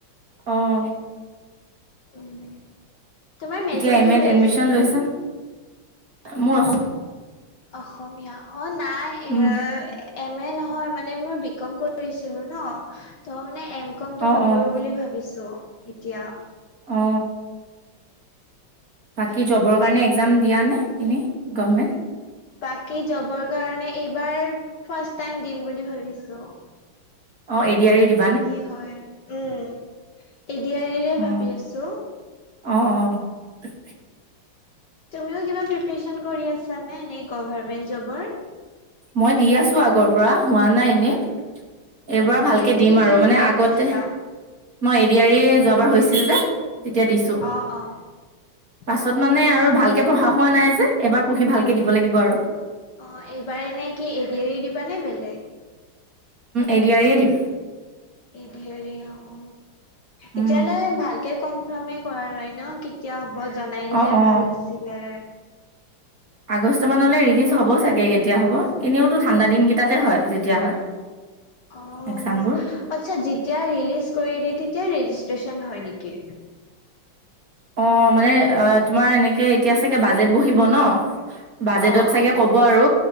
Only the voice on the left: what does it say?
অ', তোমাৰ মেজৰ
কিহত
আছিলে?
অসমীয়া অ' নাই
এ এম এ নহয় মানে মই বি কম কৰিছিলো ন ত মানে এম কমটো
নকৰো
বুলি ভাবিছো এতিয়া
বাকী জবৰ কাৰণে এইবাৰ ফাৰ টাইম দিম বুলি ভাবিছো
কি হয় উম এডয়াদিৰে
ভাবি আছো
তুমিও কিবা প্ৰিপৰেচন কৰি আছানে এনে গভাৰমেন্ট জবৰ
অ অ
এনে
কি কিহৰ
দি
পাইছা?
অ অ
অ অ
অ এইবাৰ নে কি এৰি এৰি দিবাানে বেলেগ
এ ধৰি অ
এতিয়ালৈ ভালকে কনফাৰ্মে কৰা নাই ন এতিয়া হ'ব জনাই দিলে
ভাল আছিলে
<inaudible> অ আচ্ছা
যেতিয়া ৰিলিজ কৰি দিয়ে তেতিয়া ৰেজিষ্ট্ৰচন হয় নেকি
অ